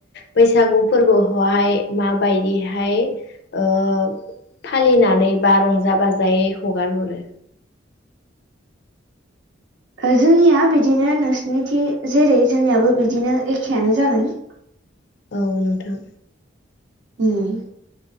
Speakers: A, on the left; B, on the right.
A: बैसागु फोरबोखौहाय माबायदिहाय ओ फालिनानै बा रंजा बाजायै हगारहरो
B: हो जोंनिया बिदिनो नोंसिनिथि जेरै जोंनियाबो बिदिनो एखेआनो जागोन
A: औ नोंथां
B: उम